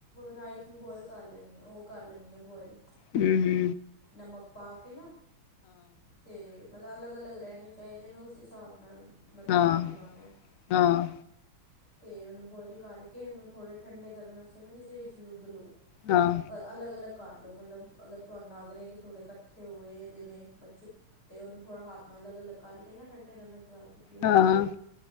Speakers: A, on the left; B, on the left.
A: ਰਾਈਸ ਨੂੰ ਬੋਇਲ ਕਰ ਲੈਂਨੀ, ਉਹ ਕਰ ਲੈਂਨੀ ਆ ਬੋਇਲ
B: ਹੂੰ-ਹੂੰ
A: ਨਮਕ ਪਾ ਕੇ ਨਾ, ਤੇ ਮਲਬ ਅਲੱਗ-ਅਲੱਗ ਰਹਿਣੇ ਚਾਹੀਦੇ ਨੇ ਉਸ ਹਿਸਾਬ ਨਾਲ, ਮਲਬ
B: ਹਾਂ ਹਾਂ
A: ਪਾਣੀ ਪਾਣਾ ਐ <inaudible>
B: ਹਾਂ
A: ਤੇ, ਉਹਨੂੰ ਬੁਆਇਲ ਕਰਕੇ ਓਹਨੂੰ ਥੋੜ੍ਹੇ ਠੰਡੇ ਕਰਨ ਵਾਸਤੇ ਨਾ ਕਿਸੇ ਵਿੱਚ ਲੁੱਧ ਲੋ।
B: ਹਾਂ।
A: ਅਲੱਗ-ਅਲੱਗ ਕਰ ਲਓ ਮਲਬ ਅਗਰ ਤੁਹਾਨੂੰ ਲਗ ਰਿਹਾ ਹੈ ਕਿ ਥੋੜ੍ਹੇ ਕੱਠੇ ਹੋਏ ਦੇ ਨੇ <unintelligible> ਤੇ ਉਹਨੂੰ ਥੋੜ੍ਹਾ ਹੱਥ ਨਾਲ ਅਲਗ-ਅਲਗ ਕਰਕੇ ਨਾ ਠੰਡੇ ਕਰਨਾ <unintelligible> ਚ,
B: ਹਾਂ